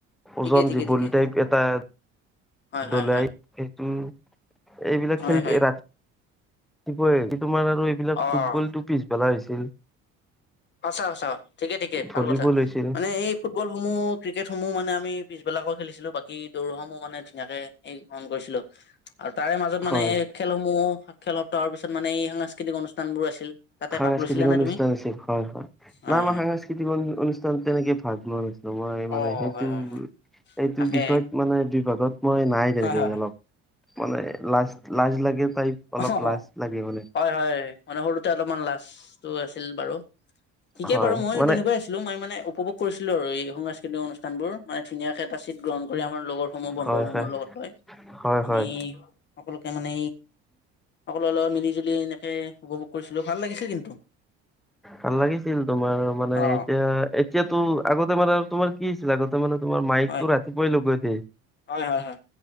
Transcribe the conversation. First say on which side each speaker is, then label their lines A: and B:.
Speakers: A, on the left (about 35°); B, in the centre.
A: ঠিকে
B: ওজন
A: ঠিকে
B: যি
A: ঠিকে
B: বল টাইপ এটা
A: হয় হয়
B: দলাই
A: হয়
B: সেইটো এইবিলাক
A: হয়
B: খেল
A: হয়
B: ৰা-ৰাতিপুৱাই কি তোমাৰ আৰু এইবিলাক
A: অ
B: ফুটবল টোক পিছ বেলাই হৈছিল।
A: সঁচা, সঁচা ঠিকে, ঠিকে ভাল
B: ভলীবল
A: কথা
B: হৈছিল
A: মানে এই ফুটবল সমূহ ক্ৰিকেট সমূহ মানে আমি পিছবেলাকৈ খেলিছিলো, বাকী দৌৰাসমূহ মানে ধুনীয়াকে <unintelligible> কৰিছিলো। আৰু তাৰে মাজত মানে
B: হয়
A: এই খেলসমূহ খেল সপ্তাহৰ পিছত মানে এই সাংস্কৃতিক অনুষ্ঠানবোৰ আছিল। তাতে
B: সাংস্কৃতিক
A: ভাগ লৈছিলা নে
B: অনুষ্ঠান
A: তুমি
B: আছিল হয়, হয়,
A: হয়
B: না আমাৰ
A: হয়
B: সাংস্কৃতিক অনুষ্ঠানত তেনেকে ভাগ লোৱা নাছিলোঁ। মই মানে
A: অ
B: সেইটো
A: হয় হয় হয়
B: এইটো
A: তাকে
B: বিষয়ত মানে দুইভাগত মই নাই তেনেকে
A: হয় হয়
B: অলপ, মানে লাজ লাজ লাগে টাইপ অলপ
A: অহ,
B: লাজ
A: অ',
B: লাগে মানে।
A: হয়, হয়, মানে সৰুতে অলপমান লাজটো আছিল বাৰু। ঠিকে
B: হয়
A: বাৰু মই
B: মানে
A: তেনেকুৱাই আছ আছিলোঁ, মই মানে উপভোগ কৰিছিলো আৰু এই সংস্কৃতিক অনুষ্ঠানবোৰ মানে ধুনীয়াকে এটা চীট গ্ৰহণ কৰি আমাৰ লগৰ সমূহ বন্ধসমূৰ
B: হয় হয়
A: লগত লৈ
B: হয়
A: আমি
B: হয়
A: সকলোকে মানে সকলোৰে লগত মিলি-জুলি এনেকে উপভোগ কৰিছিলো ভাল লাগিছিল কিন্তু।
B: ভাল লাগিছিল তোমাৰ মানে
A: অ
B: এতিয়া এতিয়াতো আগতে মানে আৰু তোমাৰ কি আগতে মানে তোমাৰ মাইকটো
A: হয়
B: ৰাতিপুৱাই লগাই দিয়ে।
A: হয়, হয়, হয়।